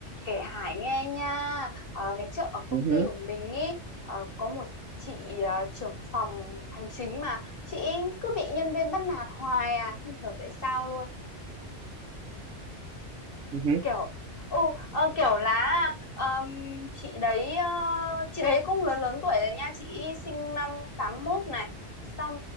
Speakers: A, on the left (about 50°); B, on the right (about 85°).
A: kể Hải nghe nha ờ, ngày trước ở công
B: Ừ
A: ty
B: hứ,
A: của mình ý ờ, có một chị ờ, trưởng phòng hành chính mà chị ấy cứ bị nhân viên bắt nạt hoài à không hiểu tại sao luôn
B: ừ hứ,
A: kiểu ừ ờ, kiểu là ờm, chị đấy ờ, chị đấy cũng lớn lớn tuổi rồi nha chị sinh năm tám mốt này xong